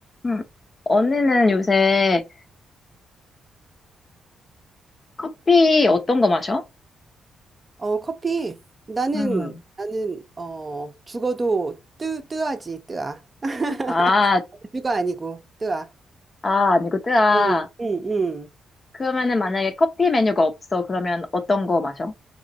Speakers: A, on the left (about 35°); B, on the right (about 30°).
A: 음. 언니는 요새 커피 어떤 거 마셔?
B: 어, 커피. 나는,
A: 음.
B: 나는, 어, 죽어도 뜨, 뜨아지, 뜨아. <laughs>
A: 아,
B: 죽가 아니고, 뜨아.
A: 아, 아니구나.
B: 응, 응, 응.
A: 그러면은 만약에 커피 메뉴가 없어. 그러면 어떤 거 마셔?